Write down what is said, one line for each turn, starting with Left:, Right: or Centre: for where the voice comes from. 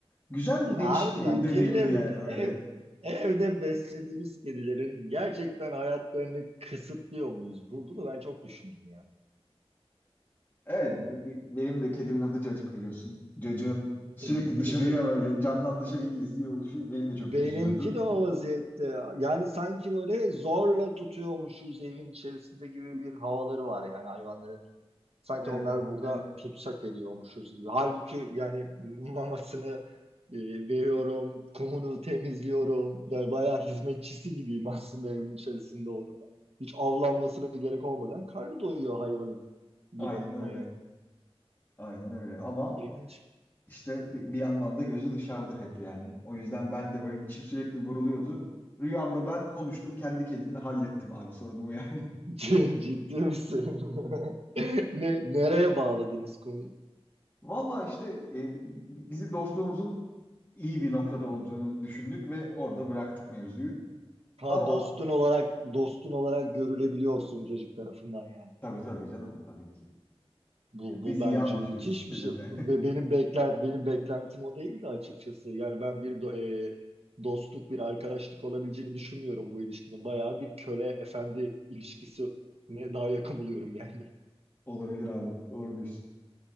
Left: Güzel
Right: Ya,
Left: değişik
Right: harbiden
Left: bir deneyimdi
Right: kedilerin
Left: yani böyle.
Right: ev- evde beslediğimiz kedilerin gerçekten hayatlarını kısıtlıyor muyuz? Bu, bunu ben çok düşündüm ya.
Left: Evet, b- b- benim de kedimin adı Cacık biliyorsun. Cacığın sürekli
Right: <laughs>
Left: dışarıya böyle camdan dışarıyı izliyor oluşu beni de çok
Right: Benimki
Left: üzüyordu.
Right: de o vaziyette. Yani sanki böyle zorla tutuyormuşuz evin içerisinde gibi bir havaları var yani hayvanların. Sanki
Left: Evet,
Right: onları burada
Left: evet,
Right: tutsak ediyormuşuz gibi. Halbuki yani mamasını e, veriyorum, kumunu temizliyorum. Yani bayağı hizmetçisi gibiyim aslında evin içerisinde onun. Hiç avlanmasına gerek olmadan karnı doyuyor hayvanın bir
Left: aynen
Right: bakıma
Left: öyle.
Right: yani.
Left: Aynen öyle. Ama
Right: İlginç.
Left: işte bi- bir, yandan da gözü dışarıda hep yani. O yüzden ben de böyle içim sürekli buruluyordu. Rüyamda ben konuştum kendi kedimle hallettim abi sorunumu yani.
Right: <laughs> Ciddi misin? <laughs> Ne, nereye bağladınız konuyu?
Left: <laughs> Valla işte e, bizi dostluğumuzun iyi bir noktada olduğunu düşündük ve orada bıraktık mevzuyu.
Right: Ha
Left: Ama
Right: dostun olarak dostun olarak görülebiliyorsun çocuk tarafından yani.
Left: tabii tabii canım tabii ki.
Right: Bu
Left: Biz
Right: bu bence
Left: iyi anlaşıyoruz
Right: müthiş
Left: kedimle.
Right: bir şey. Be- benim beklen benim beklentim o değildi açıkçası. Yani ben bir do- e, dostluk bir arkadaşlık olabileceğini düşünmüyorum bu ilişkinin. Bayağı bir köle efendi ilişkisine daha yakın buluyorum yani.
Left: Olabilir abi. Doğru diyorsun.